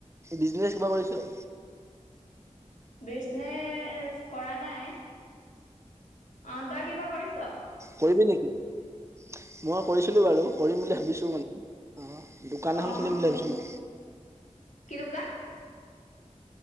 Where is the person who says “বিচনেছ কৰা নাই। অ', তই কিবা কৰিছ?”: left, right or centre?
Left